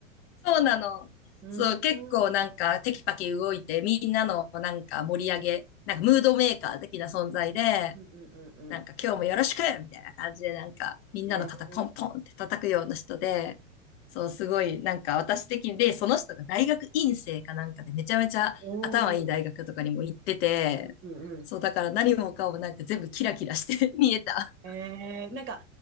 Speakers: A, on the left; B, on the right.
A: そうなの。
B: うん。
A: そう、結構なんかテキパキ動いて、
B: うん。
A: みんなのなんか盛り上げ、なんかムードメーカー的な存在で、
B: うん。
A: なんか今日もよろしくみたいな感じで、
B: うん。
A: なんかみんなの肩ポンポンって叩くような人で、
B: ね。
A: そう、すごい、なんか私的に、で、その人が大学院生かなんかでめちゃめちゃ頭いい大学とかにも行ってて、
B: おお。うん。うん。
A: そう、だから何もかもなんか全部キラキラして <laughs> 見えた。
B: えー、なんか、